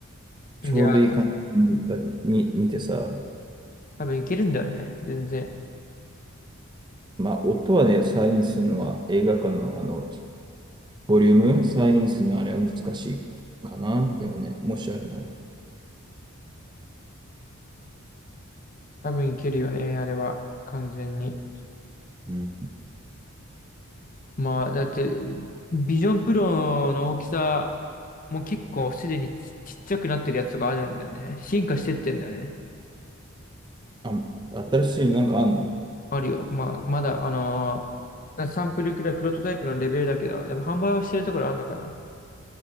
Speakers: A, on the right; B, on the left.
A: ちょうどいい感じに見見てさ、
B: ン。いや、た多分いけるんだよね、全然。
A: まあ音はね、再現するのは映画館のあの、ボリューム、再現するのはあれは難しいかな。でもね、もしあるなら。
B: 多分いけるよね、あれは。完全に。
A: うん
B: まあ、だって、ビジョンプロの大きさもう結構すでにち、ちっちゃくなってるやつがあるんだよね。進化してってんだよね。
A: あ、新しいのなんかあんの
B: あるよ。まあ、まだ、あのーサンプルくらいプロトタイプのレベルだけど、でも販売はしてるところあるのかな。